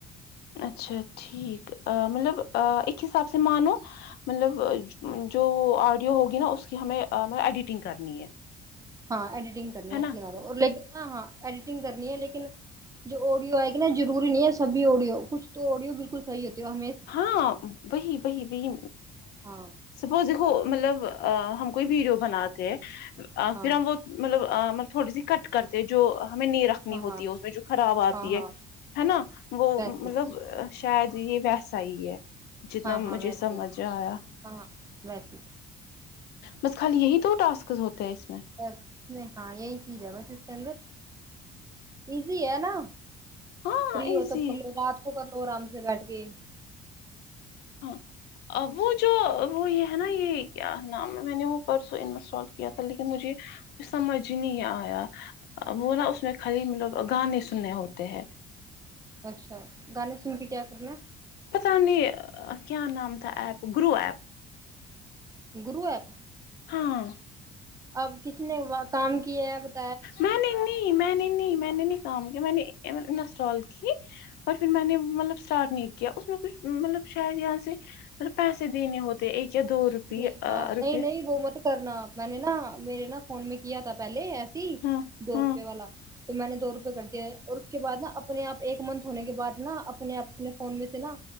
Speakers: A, on the left (about 75°); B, on the right (about 20°).
A: اچھا ٹھیک مطلب ایک کے حساب سے مانو مطلب جو آڈیو ہوگی نا اس کی ہمیں ایڈیٹنگ کرنی ہے
B: ہاں ایڈیٹنگ کرنی
A: ہے نا
B: اس لگاو لیک ہاں ہاں ایڈیٹنگ کرنی ہے لیکن جو آڈیو ائے گی نا ضروری نہیں ہے سبھی آڈیو کچھ تو آڈیو بالکل صحیح ہوتی ہو ہم
A: ہاں وہی وہی وہی
B: ہاں
A: سپوز دیکھو مطلب ہم کوئی ویڈیو بناتے ہیں
B: ہاں
A: پھر ہم وہ مطلب مطلب تھوڑی سی کٹ کرتے جو ہمیں نی رکھ
B: ہاں
A: ہوتی ہے اس میں جو خراب آتی
B: ہاں ہاں ہاں
A: ہے ہے نا وہ
B: ویسے
A: مطلب شاید یہ ویسے صحیح ہے جتنا
B: ہاں
A: مجھے
B: ہاں ویسے
A: سمجھ آیا
B: ہاں ہاں ویسے
A: بس خالی یہی دو ٹاسکس ہوتے ہیں اس میں
B: بس میں ہاں یہی چیز ہے بس اس کے اندر ایزی ہے نا
A: ہاں
B: فری
A: ایزی
B: ہو تب کر
A: ہے،
B: لو رات کو کر لو آرام سے بیٹھ کے
A: ہاں وہ جو وہ یہ ہے نا یہ کیا نام میں نے وہ پرسوں انسٹال کیا تھا لیکن مجھے سمجھ ہی نہیں آیا وہ نا اس میں خالی مطلب گانے سننے ہوتے ہیں
B: اچھا گانے سن کے کیا کرنا ہے
A: پتہ نہیں کیا نام تھا ایپ گرو ایپ
B: گرو ایپ
A: ہاں
B: اب کس نے کام کیا ہے ا
A: میں نے نہیں میں نے نہیں میں نے نہیں کام کیا میں نے انسٹال کی اور پھر میں نے مطلب اسٹارٹ نہیں کیا اس میں کچھ مطلب شاید یہاں سے ملب پیسے دینے ہوتے ایک دو روپیہ
B: نہیں ہاں
A: آ رپیے
B: نہیں نہیں وہ مت کرنا میں نے نا میرے نا فون میں کیا تھا پہلے ایسے ہی
A: ہاں
B: دو
A: ہاں
B: روپے والا تو میں نے دو روپئے کر دیا ہے اور اس کے بعد نا اپنے آپ ایک منتھ ہونے کے بعد نا اپنے آپ اپنے فون میں سے نا